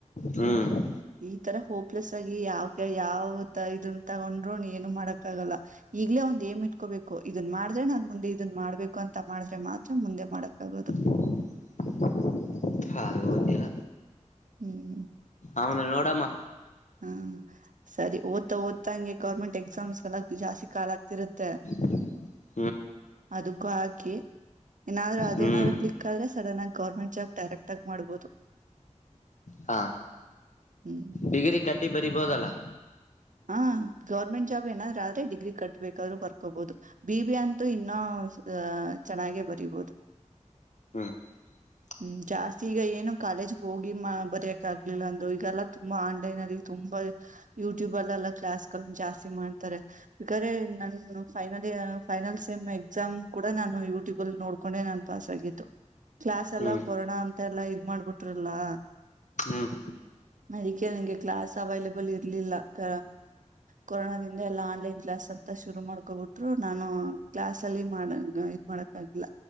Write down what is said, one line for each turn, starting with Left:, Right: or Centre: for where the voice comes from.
Left: ಹೂ <unintelligible>
Right: ಈ ತರ ಹೋಪ್ಲೆಸ್ ಆಗಿ ಯಾವಕ ಯಾವತ ಇದನ್ನ ತಗೊಂಡ್ರರು ನೀ ಏನು ಮಾಡಕ್ ಆಗಲ್ಲ ಈವಿ <unintelligible> ಮುಂದೆ ಒಂದ್ ಏಮ್ ಇಟ್ಟಕೋಬೇಕು ಇದನ್ ಮಾಡಿದ್ರೆ ನಾನ್ ಮುಂದೆ ಇದನ್ ಮಾಡ್ಬೇಕು ಅಂತ ಮಾಡಿದ್ರೆ ಮಾತ್ರ ಮುಂದೆ ಮಾಡಕ್ ಆಗದು. <unintelligible>
Left: <unintelligible> ಅದು ಗೊತ್ತಿಲ್ಲ
Right: ಹೂ <unintelligible>
Left: ಅವನ ನೋಡಮ್ಮ
Right: ಹಾ ಸರಿ ಓದ್ತಾ ಓದತಾಂಗೆ ಗೌರ್ಮೆಂಟ್ ಎಕ್ಸಾಮ್ಸ್ ಕಲ್ಲ ಜಾಸ್ತಿ ಕಾಲ ಆಗ್ತಿರುತ್ತೆ. <unintelligible>
Left: <unintelligible>
Right: ಅದಕ್ಕೂ ಹಾಕಿ. <unintelligible> ಏನಾದ್ರೂ ಅದೇನಾದ್ರು
Left: ಹ್ಮ್
Right: ಕ್ಲಿಕ್ ಆದ್ರೆ ಸಡನ್ ಆಗಿ ಗೌರ್ಮೆಂಟ್ ಜಾಬ್ ಡೈರೆಕ್ಟ್ ಆಗಿ ಮಾಡ್ಬೋದು. <unintelligible>
Left: ಹಾ
Right: ಹ್ಮ್
Left: ಡಿಗ್ರಿ ಕಟ್ಟಿ ಬರಿಬೋದಲ್ಲ? <unintelligible>
Right: ಆ ಗೌರ್ಮೆಂಟ್ ಜಾಬ್ ಏನಾದ್ರು ಆದ್ರೆ ಡಿಗ್ರಿ ಕಟ್ಟ ಬೇಕಾದ್ರು ಬರ್ಕೋಬಹುದು ಬಿ ಬಿ ಎ ಅಂತೂ ಇನ್ನ <unintelligible> ಕುಸ್ತ ಚೆನ್ನಾಗೆ ಬರೀ ಬಹುದು. <unintelligible>
Left: ಹೂ <unintelligible>
Right: ಹೂ ಜಾಸ್ತಿ ಈಗ ಏನು ಕಾಲೇಜ್ ಹೋಗಿ ಬರಯಕ್ ಆಗ್ಲಿಲ್ಲ ಅಂದ ಈಗಲ್ಲಾ ತುಂಬಾ ಆನ್ಲೈನ್ ಅಲ್ಲಿ <unintelligible> ವಲ್ ಯೂ <unintelligible> ಯೂಟ್ಯೂಬಲ್ಲಿ ಎಲ್ಲ ಕ್ಲಾಸ್ಗಳ್ ಜಾಸ್ತಿ ಮಾಡ್ತಾರೆ ಬೇಕಾದ್ರೆ ನನ್ final year final same <unintelligible> exam ಕೂಡ ನಾನು ಯೂಟ್ಯೂಬ್ ಅಲ್ಲಿ ನೋಡ್ಕೊಂಡೆ ನಾನ್ ಪಾಸ್ ಆಗಿದ್ದು. <unintelligible> ಕ್ಲಾಸ್ ಎಲ್ಲಾ
Left: ಹ್ಮ್
Right: ಕೊರೋನಾ ಅಂತ ಎಲ್ಲಾ ಇದ್ ಮಾಡ್ಬಿಟ್ರಲ್ಲ. <unintelligible>
Left: ಹ್ಮ್
Right: ಅದಕ್ಕೆ ನಂಗೆ ಕ್ಲಾಸ್ ಅವೈಲಬಲ್ ಇರ್ಲಿಲ್ಲ? <unintelligible> ಕ ಕೊರೋನ ದಿಂದ ಎಲ್ಲ ಆನ್ಲೈನ್ ಕ್ಲಾಸ್ ಅಂತ ಶುರು ಮಾಡ್ಕೋಬಿಟ್ರು ನಾನು ಕ್ಲಾಸ್ ಅಲ್ಲಿ <unintelligible> ಇಲ್ಲಿ ಮಾಡ ಇದ್ ಮಾಡಕ್ಕಾಗ್ಲಿಲ್ಲ